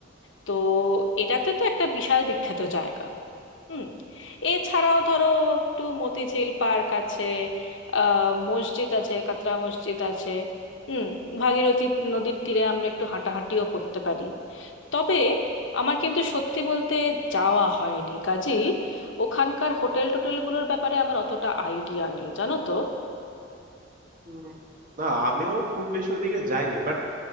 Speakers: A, on the left; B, on the right.
A: তো এটাতে তো একটা বিশাল বিখ্যাত জায়গা হুম এছাড়াও ধরো একটু মতিঝিল পার্ক আছে আহ মসজিদ আছে কাতরা মসজিদ আছে হুম ভাগীরথী নদীর তীরে আমরা একটু হাঁটাহাঁটিও করতে পারি তবে আমার কিন্তু সত্যি বলতে যাওয়া হয়নি কাজী ওখানকার হোটেল টোটেলগুলোর ব্যাপারে আমার অতটা আইডিয়া নেই জানো তো
B: হুম। না আমিও খুব বেশি ওদিকে যাইনি বাট